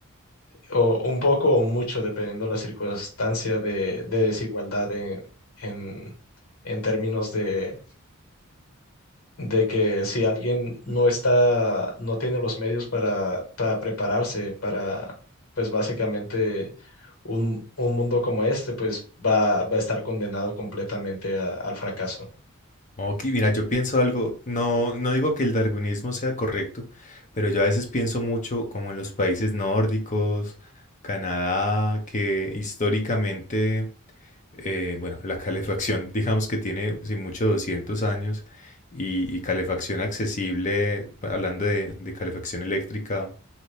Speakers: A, on the left (about 75°); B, on the left (about 35°).
A: o un poco o mucho, dependiendo la circunstancia de, de desigualdad en, en en términos de de que si alguien no está, no tiene los medios para, para prepararse para, pues básicamente un, un mundo como este, pues va, va a estar condenado completamente a- al fracaso.
B: Ok, mira, yo pienso algo, no, no digo que el darwinismo sea correcto, pero yo a veces pienso mucho como en los países nórdicos, Canadá, que históricamente eh, bueno, la calefacción, digamos que tiene, sin mucho, 200 años y, y calefacción accesible, hablando de, de calefacción eléctrica,